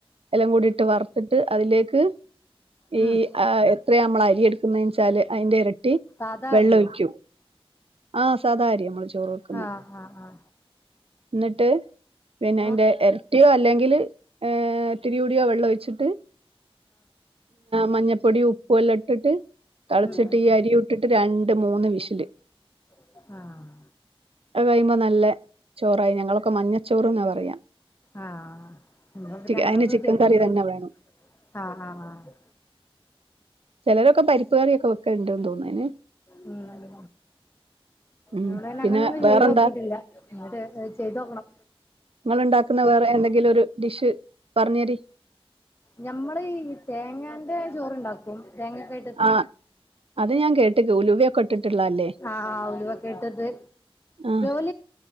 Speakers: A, on the right (about 70°); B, on the left (about 25°).
A: എല്ലാം കൂടി ഇട്ട് വറുത്തിട്ട് അതിലേക്ക് ഈ
B: ഉം
A: എത്രയാ നമ്മള് അരിയെടുക്കുനെന്ന് വെച്ചാല് അതിന്റെ ഇരട്ടി
B: സാധാ
A: വെള്ള
B: അരിയോ
A: ഒഴിക്കും ആഹ് സാരിയ നമ്മള് ചോറ് വെക്കുന്നെ
B: ആഹ ആഹ് ആഹ
A: എന്നിട്ട് പിന്നെ അതിന്റെ
B: ആഹ്
A: ഇരട്ടിയോ അല്ലെങ്കിൽ ഇത്തിരീയൊടിയൊ വെള്ളം ഒഴിച്ചി പി മഞ്ഞപ്പൊടി ഉപ്പ് എല്ലാം ഇട്ടിട്ട് തിളച്ചിട്ട്
B: ഉം ആഹ് ഉം ഉം
A: ഈ അരി ട്ടിട്ട് രണ്ട് മൂന്ന് വിഷല്
B: ഉം ആഹ്
A: ഒെ കഴിയുമ്പോ നല്ല ചോറായി ഞങ്ങളൊക്കെ മഞ്ഞച്ചോറ്ന്നാ പറയാം
B: ആഹ നന്നെ അങ്ങനെ
A: അയിന്
B: ഒന്നും
A: ചിക്കൻ
B: ചെയ്ത്
A: കറി
B: നോക്കില്ല
A: തന്നെ വേണം
B: ആഹ ആഹ്
A: ചിലരൊക്കെ പരിപ്പുകാറൊക്കെ വെക്കുണ്ടന്ന് തോന്നുന്നതിന്
B: ഉം അത
A: ഉം
B: അോട തന്നെ
A: പിന്നെ
B: അങ്ങന ഒന്നും
A: വേറെന്താ
B: ചെയ്ത് നോക്കിട്ടില്ല എന്നങ്ങോട്ട് ചെയ്ത്ോക്കണം
A: നിങ്ങ ഉണ്ടാക്കുന്ന വേറെ എന്തെങ്കിലും ഒരു ഡിഷ് പറഞ്ഞരി
B: ഞമ്മള് ഈ തേങ്ങാന്റെ ചോറുണ്ടാക്കും തേങ്ങക്ക
A: ആഹ് അത് ഞാൻ കേട്ട്ക്ക് ഉലുവയൊക്കെ ഇട്ടിട്ടുള്ളല്ലേ
B: ആഹ ഉരുവൊക്കെ ഇട്ടിട്ട്
A: ആഹ്
B: അ